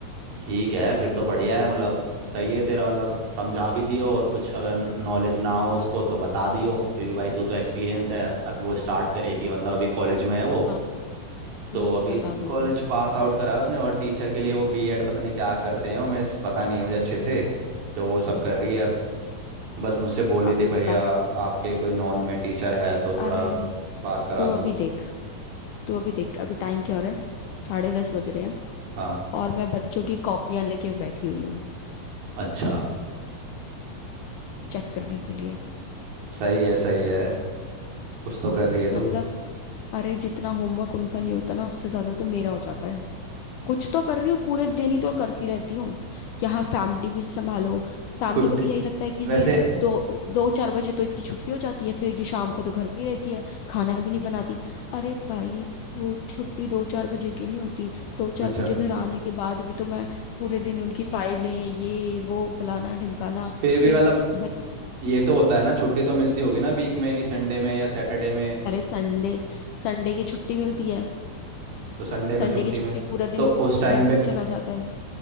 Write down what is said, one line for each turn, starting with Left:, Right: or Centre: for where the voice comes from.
Right: ठीक है फिर तो
Left: हम्म
Right: बढ़िया है मतलब सही है तेरा मतलब समझा भी दियो और कुछ अगर नॉलेज ना हो उसको तो बता दियो क्योंकि भाई तू तो एक्सपीरियंस है अभी वो स्टार्ट करेगी मतलब अभी कॉलेज में है वो
Left: बता दूंगी
Right: तो
Left: हम्म
Right: अभी
Left: हम्म बता दूंगी
Right: कॉलेज पास आउट करा है उसने और टीचर के लिए वो बीएड पता नहीं क्या करते हैं वो मैं पता नहीं है मुझे अच्छे से तो वो सब कर रही है अब बस मुझसे बोल रही
Left: अभी
Right: थी भैया
Left: बता
Right: आपके कोई नॉन में टीचर है तो थोड़ा
Left: अरे
Right: बात करा
Left: तू अभी
Right: दो
Left: देख तू अभी देख अभी टाइम क्या हो रहा है साढ़े दस बज रहे हैं
Right: हाँ
Left: और मैं बच्चों की कॉपियां लेके बैठी हुई हूँ
Right: अच्छा
Left: चेक करने के लिए
Right: सही है सही है कुछ तो कर रही है
Left: मतलब
Right: तू
Left: अरे जितना होमवर्क उनका नहीं होता ना उससे ज्यादा तो मेरा हो जाता है कुछ तो कर रही हूँ पूरे दिन ही तो करती रहती हूँ यहाँ फैमिली भी संभालो फैमिली
Right: छुट्टी
Left: को भी यही लगता है कि
Right: वैसे
Left: जी दो दो चार बजे तो इसकी छुट्टी हो जाती है फिर ये शाम को तो घर पे ही रहती है खाना भी नहीं बनाती अरे भाई वो छुट्टी दो चार बजे की नहीं होती दो चार
Right: अच्छा
Left: बजे घर आने के बाद भी तो मैं पूरे दिन उनकी फाइलें ये वो फलाना ढिमकाना
Right: फिर भी
Left: फिर
Right: मतलब
Left: बच-
Right: ये तो होता है ना छुट्टी तो मिलती होगी ना वीक में कि संडे में या सैटरडे में
Left: अरे संडे संडे की छुट्टी मिलती है
Right: तो संडे में
Left: संडे
Right: छुट्टी
Left: की छुट्टी
Right: में
Left: पूरा
Right: तो
Left: दिन
Right: उस टाइम
Left: घर
Right: पे
Left: पे चला जाता है